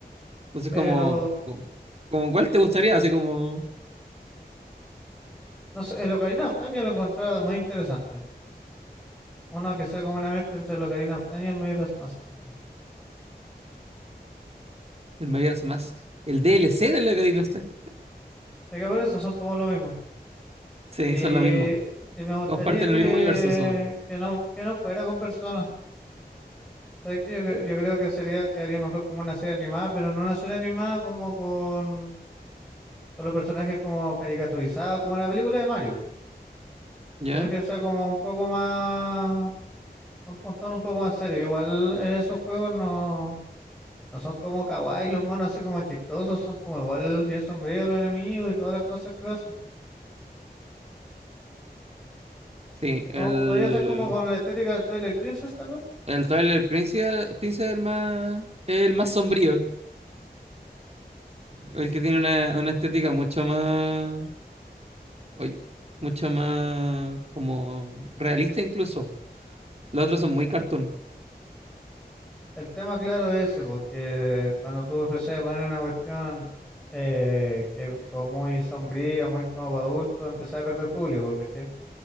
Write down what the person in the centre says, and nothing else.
Pero
no sé, el Ocarina of Time yo lo encontraba muy interesante. Uno que sea como una mezcla entre el Ocarina of Time y el Majora's Mask. tal vez. O
sea que por eso son como lo mismo.
Eh,
y me gustaría
que,
que no, que no fuera con personas. ¿Sabes qué? Yo, cre- yo creo que sería, quedaría mejor como una serie animada, pero no una serie animada como con, con los personajes como caricaturizados, como la película de Mario,
sino que sea como un poco más, un, un tono un poco más serio. Igual en esos juegos no, no son como kawaii los monos así como chistosos, son como igual bien sombríos los enemigos y todas las cosas que pasan.
Como, podría ser como con la estética de Twilight Princess, tal vez.
El tema claro es ese, porque cuando tú empezás a poner una cuestión eh, que es como muy sombría, muy como para adultos, empezás a perder público, ¿cachai?